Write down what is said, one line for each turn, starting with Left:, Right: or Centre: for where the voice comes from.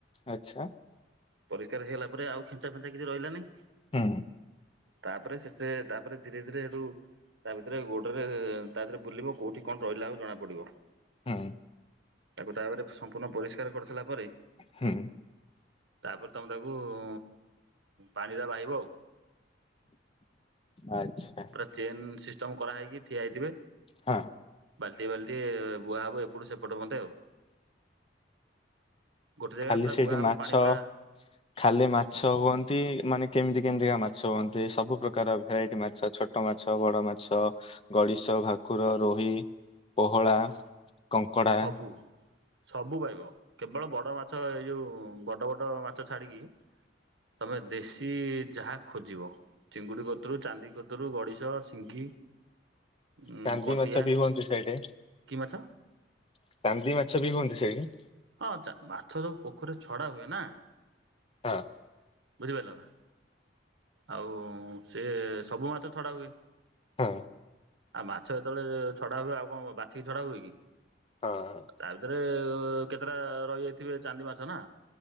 Left: ଆଚ୍ଛା
Right: ପରିସ୍କାର ହେଇଗଲା ପରେ ଆଉ ଖେଞ୍ଚା ଫେଞ୍ଚା କିଛି ରହିଲାନି।
Left: ହୁଁ।
Right: ତାପରେ ସେତେ ତାପରେ ଧୀରେ ଧୀରେ ହେଟୁ ତା ଭିତରେ ଗୋଡରେ ତା ଦେହରେ ବୁଲିବ କୋଉଠି କଣ ରହିଲା ଆଉ ଜଣାପ ଡିବ।
Left: ହୁଁ
Right: ତାକୁ ତାପରେ ସମ୍ପୂର୍ଣ୍ଣ ପରିଷ୍କାର କରି ସାଇଲା ପରେ।
Left: ହୁଁ
Right: ତାପରେ ତମେ ତାକୁ ଉଁ ପାଣିରେ ବାହିବ ଆଉ।
Left: ଆଚ୍ଛା।
Right: ପୁରା ଚେନ୍ ସିଷ୍ଟମ କରାହେଇକି ଠିଆ ହେଇଥିବେ।
Left: ହଁ।
Right: ବାଲଟିଏ ବାଲଟିଏ ବୁହା ହବ ଏପଟୁ ସେପଟେ ମଂତେ ଆଉ। ଗୋଟେ ଜାଗାରେ
Left: ଖାଲି
Right: ପୁରା
Left: ସେଇଠି
Right: ବୁଆ ହବ
Left: ମାଛ
Right: ପାଣି ପୁରା
Left: <inaudible> ଖାଲି ମାଛ ହୁଅନ୍ତି ମାନେ କେମିତି କେମିତିକା ମାଛ ହୁଅନ୍ତି ସବୁ ପ୍ର୍ରକାର ଭେରାଇଟି ମାଛ ଛୋ ଛୋଟ ମାଛ, ବଡ ମାଛ, ଗଡିଶ, ଭାକୁର, ରୋହି, ପୋହଳା କଙ୍କଡା
Right: ସବୁ ସବୁ ପାଇବ କେବଳ ବଡ ମାଛ ଏଇ ଯୋଉ ବଡ ବଡ ମାଛ ଛାଡିକି। ତମେ ଦେଶୀ ଯାହା ଖୋଜିବ। ଚିଙ୍ଗୁଡି କତୁରୁ ଚାନ୍ଦି କତୁରୁ ଗଡିଶ, ସିଙ୍ଗି ଉଁ
Left: ଚାନ୍ଦି
Right: କଣ୍ଟିଆ
Left: ମାଛ ବି ହୁଅନ୍ତି ସେଇଠି।
Right: କି ମାଛ
Left: ଚାନ୍ଦି ମାଛ ବି ହୁଅନ୍ତି ସେଇଠି।
Right: ହଁ ଚା ମାଛ ସବୁ ପୋଖରୀ ଛଡା ହୁଏନା।
Left: ହଁ।
Right: ବୁଝି ପାଇଲନା? ଆଉ ସିଏ ସବୁ ମାଛ ଛଡା ହୁଏ।
Left: ହଁ।
Right: ଆ ମାଛ ଯେତେବେଳେ ଛଡା ହୁଏ ଆଉ କଣ ବାଛିକି ଛଡା ହୁଏ କି।
Left: ହଁ।
Right: ତା ଭିତରେ କେତିଟା ରହିଯାଇଥିବେ ଚାନ୍ଦି ମାଛ ନା।